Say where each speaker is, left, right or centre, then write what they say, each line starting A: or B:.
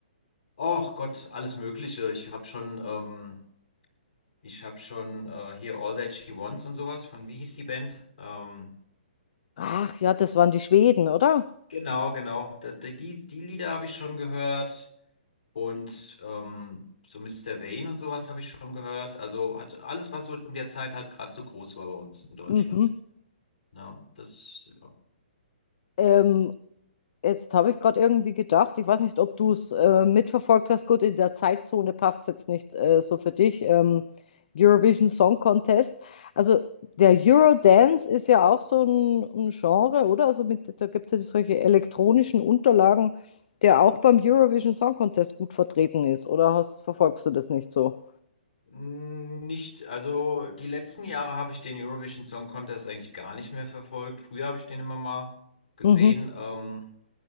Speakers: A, on the left; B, on the left.
A: Oh Gott, alles Mögliche. Ich habe schon ähm, Ich habe schon äh, hier All That She Wants und sowas von, wie hieß die Band? Ähm,
B: Ach ja, das waren die Schweden, oder?
A: genau, genau. Da, da, die, die Lieder habe ich schon gehört und ähm, so Mr. Vane und sowas habe ich schon gehört. Also hat alles, was so in der Zeit halt gerade so groß war bei uns in Deutschland.
B: Mhm.
A: Ja, das ja.
B: Ähm, Jetzt habe ich gerade irgendwie gedacht, ich weiß nicht, ob du es äh, mitverfolgt hast. Gut, in der Zeitzone passt es jetzt nicht äh, so für dich. Ähm, Eurovision Song Contest. Also der Eurodance ist ja auch so ein, ein Genre, oder? Also mit, da gibt es solche elektronischen Unterlagen, der auch beim Eurovision Song Contest gut vertreten ist. Oder hast, verfolgst du das nicht so?
A: Mm, Nicht, also die letzten Jahre habe ich den Eurovision Song Contest eigentlich gar nicht mehr verfolgt. Früher habe ich den immer mal gesehen.
B: Mhm.
A: Ähm,